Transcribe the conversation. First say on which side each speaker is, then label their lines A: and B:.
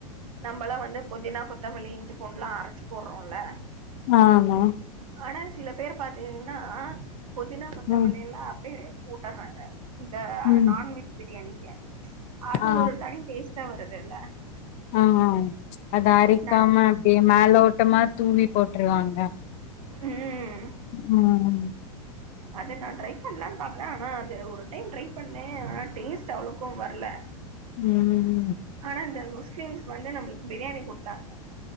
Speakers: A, on the right; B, on the left.
A: நம்பல்லா வந்து புதினா கொத்தமல்லி இஞ்சி பூண்டுல்லா அரச்சு போற்றோல்ல
B: ஆமா
A: ஆனா சில பேர் பாத்தீங்கன்னா பொதினா கொத்தமல்லி
B: ம்
A: எல்லா அப்பே போட்ட நாங்க இந்த
B: ம்
A: நான்வெஜ் பிரியாணிக்கே அது
B: ஆ
A: ஒரு தனி டேஸ்ட்டா வரதுல்ல
B: ஆ ஹா அத அரிக்காம
A: நானு
B: அப்டியே மேலோட்டமா தூவி போட்ருவாங்க
A: ம்
B: ம்
A: அது நா ட்ரை பண்ணலான்னு பாக்குற ஆனா அது ஒரு டைம் ட்ரை பண்ணே ஆனா டேஸ்ட்டு அவ்ளோக்கு வரல
B: ம்
A: ஆனா இந்த முஸ்லிம்ஸ் வந்து நம்மளுக்கு பிரியாணி குடுத்தாங்க